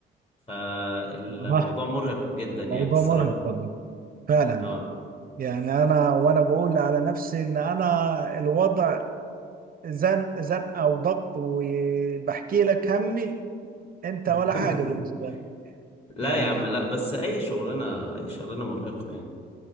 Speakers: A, on the left; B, on the right.
A: فالموضوع
B: اه
A: مرهق جدا
B: موضوع
A: يعني الصراحة
B: مرهق والله فعلا
A: اه
B: يعني انا وانا بقول على نفسي ان انا الوضع زن زن او ضغط وبحكي لك همي انت
A: <laughs>
B: ولا حاجه بالنسبه لك
A: لا
B: يعني
A: يا عم لا بس اي شغلانة اي شغلانة مرهقة يعني